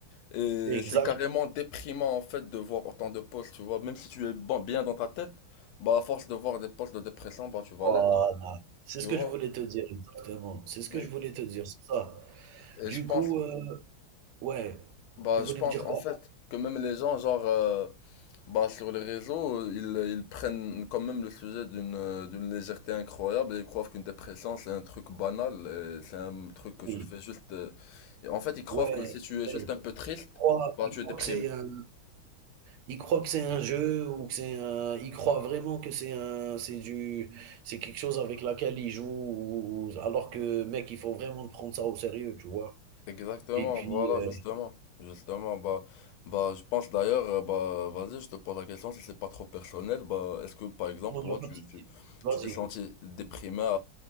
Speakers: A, on the left; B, on the right.
A: Et
B: exact,
A: c'est carrément déprimant en fait de voir autant de posts, tu vois. Même si tu es bon, bien dans ta tête, bah à force de voir des posts de dépression, bah tu vas
B: voilà.
A: l'être,
B: C'est
A: tu
B: ce
A: vois.
B: que je voulais te dire, exactement. C'est ce que
A: Et,
B: je voulais te dire, c'est ça.
A: et
B: Du
A: je pense,
B: coup, heu ouais,
A: bah
B: tu voulais
A: je pense
B: me dire
A: en
B: quoi?
A: fait que même les gens genre euh, Bah, sur les réseaux, ils, ils prennent quand même le sujet d'une euh, d'une légèreté incroyable et ils croient qu'une dépression c'est un truc banal, et c'est un truc que
B: Oui,
A: tu fais juste. euh, et En fait, ils
B: ouais,
A: croient que si
B: c'est
A: tu
B: vrai.
A: es juste un peu triste,
B: Ils croient
A: bah
B: ils
A: tu
B: croient
A: es déprimé.
B: que c'est, un. Ils croient que c'est un jeu ou que c'est un. Ils croient vraiment que c'est un, c'est du, c'est quelque chose avec laquelle ils jouent, ou- ou- alors que mec, il faut vraiment prendre ça au sérieux, tu vois?
A: Exactement,
B: Et puis,
A: voilà,
B: euh,
A: justement, justement. Bah, bah, je pense d'ailleurs, euh, bah, vas-y, je te pose la question si c'est pas trop personnel. Bah, est-ce que par exemple,
B: non,
A: toi,
B: il y a pas
A: tu
B: de souci.
A: tu
B: Vas-y.
A: tu t'es senti déprimé à,